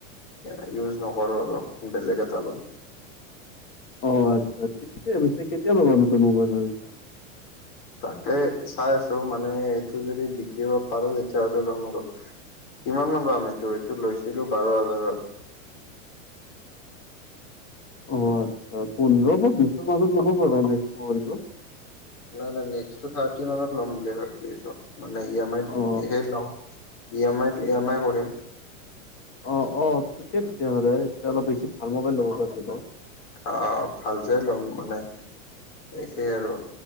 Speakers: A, on the left (about 60°); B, on the left (about 30°).
A: ইয়াক ইউজ নকৰোঁ আৰু বেলেগ এটা ল'ম।
B: অ' আচ্ছা <unintelligible> <unintelligible> কেতিয়া পিছে কেতিয়া ল'বা নতুন মোবাইল ভাবিছা।
A: তাকে চাই আছোঁ মানে এইটো যদি বিকিব পাৰোঁ তেতিয়াহ'লে ল'ম আৰু। কিমান মান পাম এইটো এইটো লৈছিলোঁ বাৰ হাজাৰত।
B: অ আচ্ছা পোন্ধৰ বা বিছৰ মাজত ল'ব পাৰবা <unintelligible> মোবাইলতো।
A: নাই নাই নেক্সটটো থাৰ্টি মানত ল'ম বুলি ভাবি আছোঁ। মানে ই এম আইত
B: অ
A: সেই ল'ম ই এম আইত ই এম আই কৰিম।
B: অ', অ', ঠিকে হ'লে তেতিয়াহ'লে এতিয়া অলপ বেছি ভাল মোবাইল ল'ব পাৰিবা।
A: অ' ভাল চাই ল'ম মানে সেই আৰু।